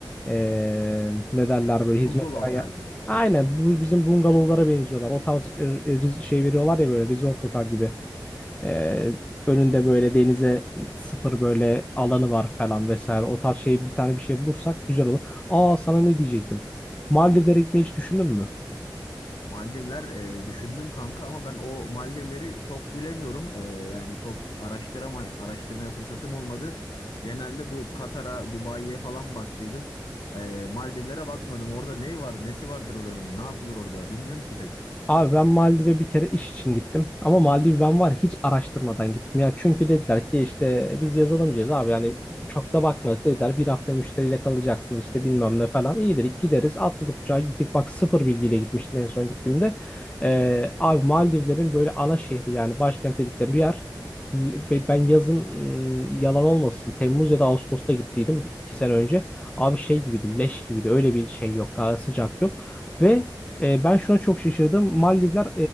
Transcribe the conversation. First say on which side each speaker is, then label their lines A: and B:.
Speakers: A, on the left (about 15°); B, on the left (about 70°).
A: Ee, ne derler böyle
B: Bungalow
A: hizmet veren
B: tarzı.
A: ya- Aynen bu bizim bungalovlara benziyorlar. O tarz e, e, riz- şey veriyorlar ya böyle resort otel gibi. Ee, önünde böyle denize sıfır böyle alanı var falan vesaire. O tarz şey bir tane bir şey bulursak güzel olur. Aa sana ne diyecektim? Maldivlere gitmeyi hiç düşündün mü?
B: Maldivler e, düşündüm kanka ama ben o Maldivleri çok bilemiyorum. E, yani çok araştırama araştırmaya fırsatım olmadı. Genelde bu Katar'a, Dubai'ye falan baktıydım. E, Maldivlere bakmadım. Orada ne var, nesi vardır oranın? Ne yapılır orada? Bilmiyorum ki pek.
A: Abi ben Maldiv'e bir kere iş için gittim. Ama Maldiv ben var ya hiç araştırmadan gittim. Ya çünkü dediler ki işte biz yazılımcıyız abi yani çok da bakmadık dediler. Bir hafta müşteriyle kalacaksınız işte bilmem ne falan. İyi dedik gideriz atladık uçağa gittik. Bak sıfır bilgiyle gitmiştim en son gittiğimde. Ee, abi Maldivlerin böyle ana şehri yani başkent dedikleri bir yer. Ve Ben yazın ım, yalan olmasın Temmuz ya da Ağustos'ta gittiydim iki sene önce. Abi şey gibiydi leş gibiydi öyle bir şey yok ha, sıcak yok. Ve e, ben şuna çok şaşırdım. Maldivler